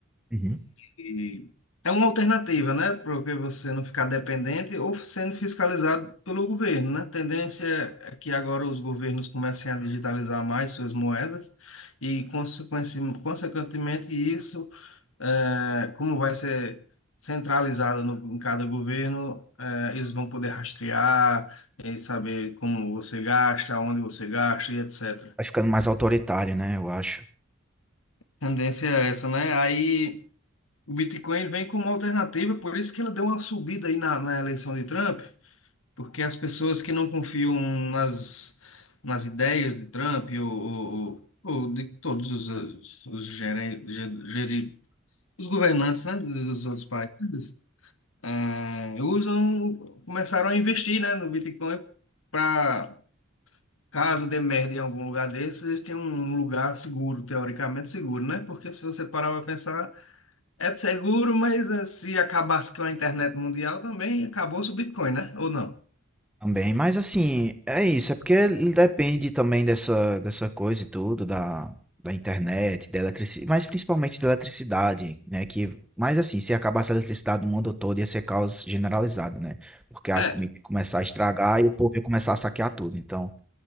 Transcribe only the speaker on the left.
E é uma alternativa, né? Porque você não ficar dependente ou sendo fiscalizado pelo governo, né? A tendência é que agora os governos comecem a digitalizar mais suas moedas e, consequenci- consequentemente, isso, eh, como vai ser centralizado no, em cada governo, eh, eles vão poder rastrear e saber como você gasta, onde você gasta e etc.
Tendência é essa, né? Aí. O Bitcoin vem como alternativa, por isso que ele deu uma subida aí na, na eleição de Trump, porque as pessoas que não confiam nas, nas ideias de Trump ou, ou, ou de todos os, os, os, geren- ge- geri- os governantes, né, dos dos outros países, eh, usam, começaram a investir, né, no Bitcoin para, caso dê merda em algum lugar desse, eles têm um lugar seguro, teoricamente seguro, né? Porque se você parar para pensar, é seguro, mas eh, se acabasse com a internet mundial também, acabou-se o Bitcoin, né? Ou não?
É.